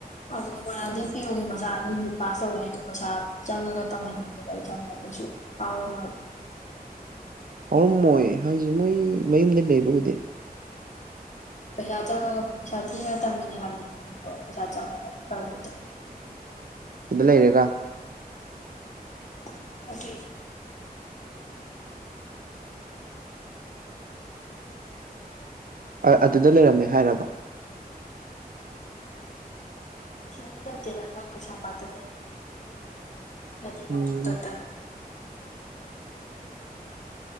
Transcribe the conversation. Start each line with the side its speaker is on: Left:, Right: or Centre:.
Left: ꯑꯗꯨꯅꯦ ꯃꯣꯏꯔꯥꯡꯊꯦꯝ ꯄꯤꯌꯣꯒꯤ ꯃꯆꯥ <unintelligible> ꯅꯤꯠ ꯄꯥꯁ ꯇꯧꯋꯦ ꯍꯥꯏꯗꯣ ꯄꯩꯁꯥ ꯆꯪꯉꯒ ꯇꯝꯍꯟꯅꯤꯡꯉꯦꯕ ꯑꯩ ꯈꯪꯉꯦ ꯑꯗꯨꯣꯏꯁꯨꯨ ꯍꯥꯎꯔ <unintelligible>
Right: ꯍꯧꯔꯝꯃꯣꯏ ꯍꯥꯏꯁꯦ ꯃꯣꯏ ꯃꯌꯨꯝꯗ ꯂꯩꯕ ꯎꯗꯦ
Left: ꯄꯩꯁꯥ ꯆꯪꯉꯒ ꯄꯩꯁꯥ ꯊꯤꯔ ꯇꯝꯃꯤꯅꯦ ꯍꯥꯏꯕꯅꯦ ꯄꯩꯁꯥ ꯆꯪꯉꯒ ꯄ꯭ꯔꯥꯏꯕꯦꯠꯇ
Right: ꯁꯤꯗ ꯂꯩꯔꯒ
Left: <unintelligible>
Right: <inaudible> ꯑ ꯑꯗꯨꯗ ꯂꯩꯔꯝꯃꯦ ꯍꯥꯏꯔꯕ
Left: ꯁꯤꯗꯗꯤ ꯂꯩꯇꯦꯗ ꯃꯣꯏ ꯀꯩꯁꯥꯝꯄꯥꯠꯇ ꯂꯩꯕꯅꯦ ꯃꯣꯏꯗꯤ
Right: ꯎꯝ
Left: ꯃꯕꯨꯛ ꯇꯔ ꯇꯔ